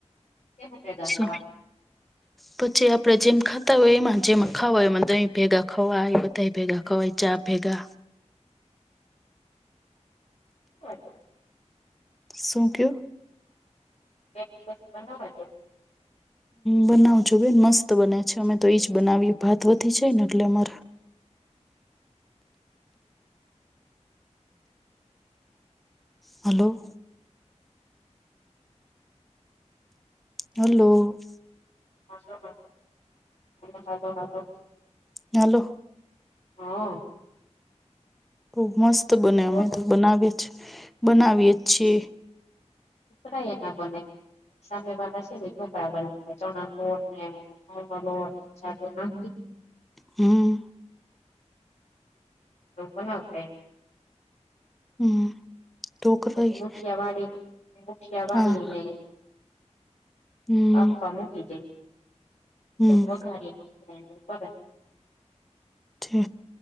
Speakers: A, on the left (about 65°); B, in the centre.
A: કેમ ભેગા
B: શું
A: <unintelligible>
B: પછી આપડે જેમ ખાતા હોય એમાં જેમ ખાવાય એમાં દહી ભેગા ખવાય બધા ભેગા ખવાય ચા ભેગા.
A: <unintelligible>
B: શું થયું?
A: એક દિવસ બનાવા
B: હ બનાવજો બેન મસ્ત બને છે અમે તો એઈજ બનાવીએ ભાત વધી છે ને એટલે અમારે. Hello. Hello.
A: Hello hello hello hello.
B: Hello.
A: હા.
B: બોવ મસ્ત બને
A: ઢોકળા
B: અમે તો બનાવીએ છે બનાવીએ છે.
A: પણ અહીંયા ના બને. સામે વાળા છે ને ઢોકળાં બનાવતા હોય ચણા લોટ ને ઘઉં નો લોટ. <unintelligible>
B: હમ.
A: એવું બનાવતા હોય.
B: હમ ઢોકળાય
A: પછી મુઠિયા વાળી મુઠિયા વાળીને
B: હા. હમ.
A: પપ્પા મૂકી જાય
B: હમ
A: <unintelligible>
B: છે